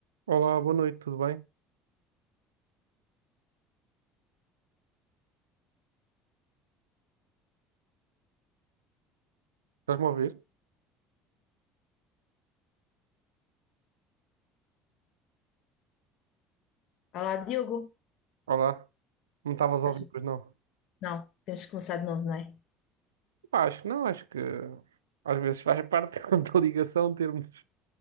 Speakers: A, on the right (about 70°); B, on the left (about 50°).
A: Olá, boa noite, tudo bem? Estás-me a ouvir?
B: Olá, Diogo.
A: Olá, não estavas a
B: Mas-
A: ouvir, pois não?
B: Não, temos que começar de novo, não é?
A: Pá, Acho que não, acho que às vezes faz parte <laughs> da ligação termos.